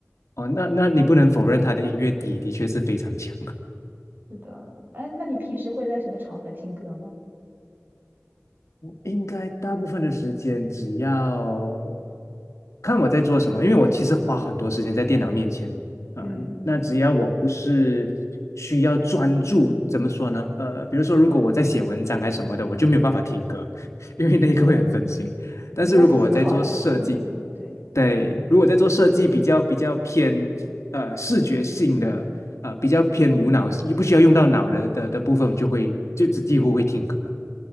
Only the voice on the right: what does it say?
是的，哎，那你平时会在什么场合听歌吗？
嗯，
对的，
你要思考一个思路的，对。